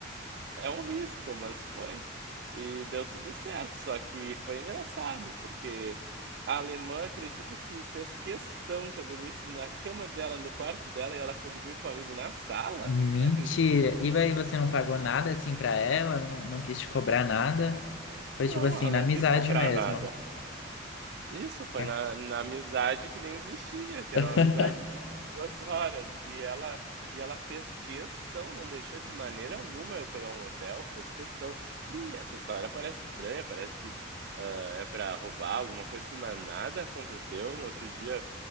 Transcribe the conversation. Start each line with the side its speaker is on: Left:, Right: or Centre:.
Right: É um risco, mas foi. E deu tudo certo, só que foi engraçado, porque a alemã acredita que fez questão que eu dormisse na cama dela, no quarto dela, e ela foi dormir com um amigo na sala?
Left: Mentira!
Right: Você acredita nisso?
Left: E aí você não pagou nada assim pra ela? Não, não quis te cobrar nada? Foi
Right: Não,
Left: tipo assim,
Right: ela
Left: na
Right: não
Left: amizade
Right: quis cobrar
Left: mesmo.
Right: nada. Isso, foi
Left: Ca-
Right: na na amizade que nem existia, que
Left: <laughs>
Right: era uma amizade de 2 horas, e ela e ela fez questão, não deixou de maneira alguma eu pegar um hotel, fez questão. E essa história parece estranha, parece que, hã, é para roubar, alguma coisa assim, mas nada aconteceu. No outro dia,